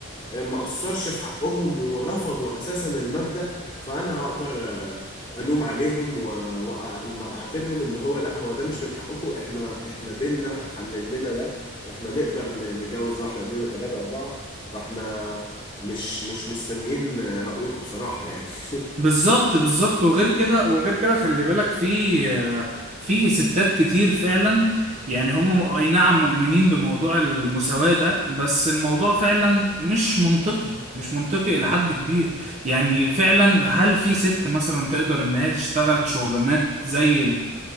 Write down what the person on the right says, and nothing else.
بالظبط بالظبط وغير كده وغير كده خلي بالك في في ستات كتير فعلا يعني هم م- اي نعم مؤمنين بموضوع المساواة ده بس الموضوع فعلا مش منطقي مش منطقي إلى حد كبير يعني فعلا هل في ست مثلا تقدر إن هي تشتغل شغلانات زي